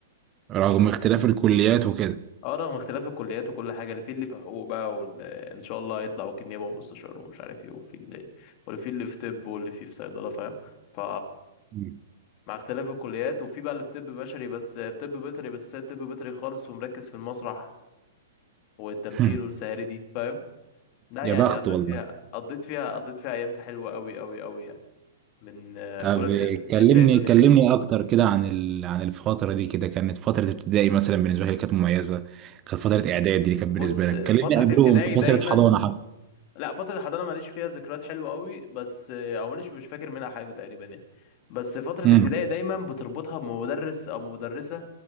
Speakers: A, on the right (about 25°); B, on the left (about 35°).
A: رغم اختلاف الكليات وكده.
B: اه رغم اختلاف الكليات وكل حاجه اللي في اللي في حقوق بقى واللي ان شاء الله هيطلع وكيل نيابه ومستشار ومش عارف ايه وفي اللي واللي في اللي في طب واللي في في صيدله فاهم ف
A: مم.
B: مع اختلاف الكليات وفي بقى اللي في طب بشري بس في طب بيطري بس سايب طب بيطري خالص ومركز في المسرح والتمثيل
A: <laughs>
B: والسهاري دي فاهم لا
A: يا
B: يعني
A: بخت
B: قضيت
A: والله.
B: فيها قضيت فيها قضيت فيها ايام حلوه قوي قوي قوي يعني من آه،
A: طب
B: اولى ابتدائي
A: كلمني
B: انت ايه الدنيا
A: كلمني أكتر كده عن ال... عن الفترة دي كده كانت فترة ابتدائي مثلا بالنسبة لي كانت مميزة كانت فترة إعدادي دي كانت
B: بص
A: بالنسبة لك
B: فتره
A: كلمني قبلهم
B: ابتدائي
A: فترة
B: دايما
A: حضانة حتى.
B: لا فترة الحضانة ماليش فيها ذكريات حلوة قوي بس او ماليش مش فاكر منها حاجة تقريبا يعني بس فترة
A: امم
B: ابتدائي دايما بتربطها بمدرس او مدرسة